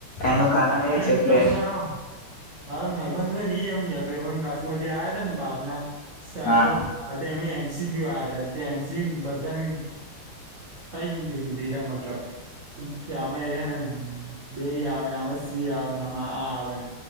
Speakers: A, on the left; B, on the right.
A: એનું કારણ
B: અને
A: એ છે કે
B: પાછુ, માનો મારા ભાઈબંધની એમ કેતો, એમ ક્લાસમાં જે આવયા હતા, ને બહારના સાહેબો
A: હા
B: હાથે, એમે એમસીકયુ આ તા તે એમસી બધાની કઈીીધા, મતલબ. કે અમેને, બે આવેમે. સી આવે આમાં આ આવે ને